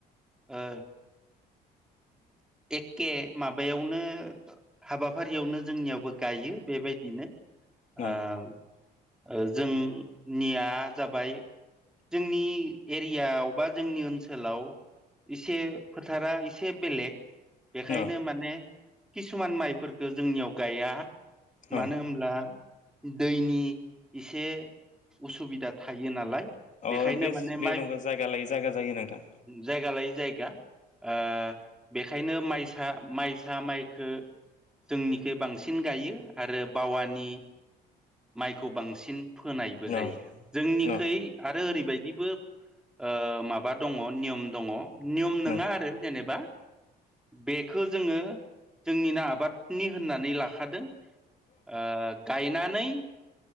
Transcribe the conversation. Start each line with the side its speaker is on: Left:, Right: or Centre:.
Centre: ओ एखे माबायावनो हाबाफारियावनो जोंनियावबो गायो बेबायदिनो
Left: औ
Centre: ओ जोंनिया जाबाय जोंनि एरियायाव बा जोंनि ओनसोलाव एसे फोथारा एसे बेलेग बेखायनो
Left: औ
Centre: माने किसुमान माइफोरखौ जोंनियाव गाया
Left: औ
Centre: मानो होनब्ला दैनि एसे उसुबिदा थायो नालाय
Left: अ
Centre: बेखायनो
Left: बे
Centre: माने
Left: बे
Centre: माइ
Left: नंगौ जायगा लायै जायगा जायो नोंथां
Centre: जायगा लायै जायगा ओ बेखायनो माइसा माइसा माइखो जोंनिखोइ बांसिन गायो आरो बावानि माइखौ बांसिन फोनायबो जायो
Left: औ
Centre: जोंनिखै
Left: औ
Centre: आरो ओरैबायदिबो ओ माबा दङ नियम दङ नियम नङा
Left: औ
Centre: आरो जेनेबा बेखौ जोंङो जोंनि नो आबादनि होननानै लाखादों ओ गायनानै